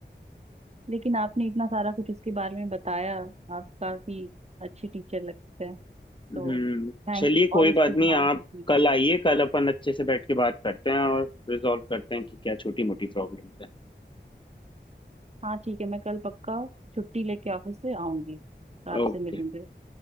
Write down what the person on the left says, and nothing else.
हम्म
चलिए
कोई
बात
नहीं आप
कल आइए कल अपन अच्छे से बैठ के बात करते हैं और रिजॉल्व करते हैं कि क्या छोटी मोटी प्रॉब्लम्स हैं
Okay